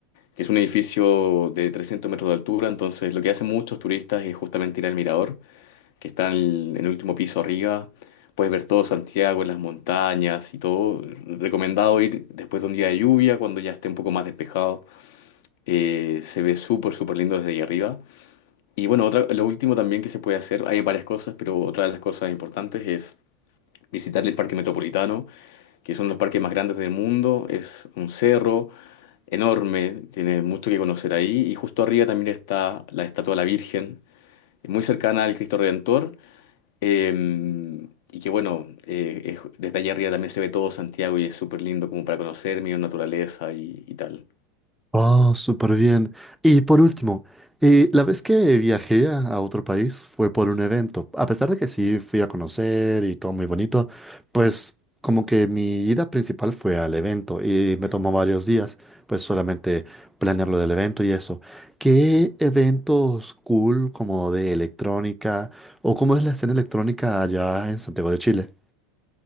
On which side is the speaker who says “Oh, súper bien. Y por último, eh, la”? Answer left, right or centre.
Centre